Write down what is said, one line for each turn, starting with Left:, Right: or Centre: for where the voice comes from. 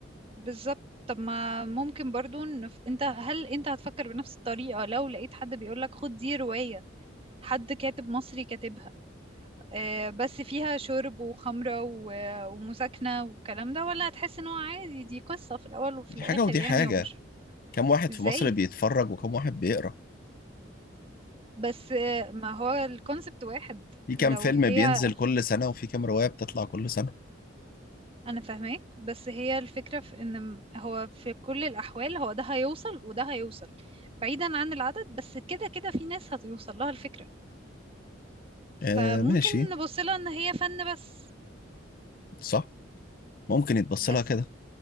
Right: بالظبط طب ما ممكن برضو نف... انت هل انت هتفكر بنفس الطريقة لو لقيت حد بيقولك خد دي رواية حد كاتب مصري كاتبها آه بس فيها شرب وخمرة و... ومساكنة والكلام ده ولا هتحس ان هو عادي دي قصة في الأول وفي
Left: دي
Right: الآخر
Left: حاجة ودي
Right: يعني
Left: حاجة
Right: هو مش
Left: كم واحد
Right: ازاي
Left: في مصر بيتفرج وكم واحد بيقرأ
Right: بس آه ما هو الكونسبت واحد
Left: في كم
Right: لو
Left: فيلم
Right: هي
Left: بينزل كل سنة وفي كم رواية بتطلع كل سنة
Right: انا فاهماك بس هي الفكرة في ان م- هو في كل الأحوال هو ده هيوصل وده هيوصل بعيدا عن العدد بس كده كده في ناس هتوصل لها الفكرة فممكن
Left: آه ماشي
Right: نبص لها ان هي فن بس
Left: صح ممكن يتبص
Right: بس
Left: لها كده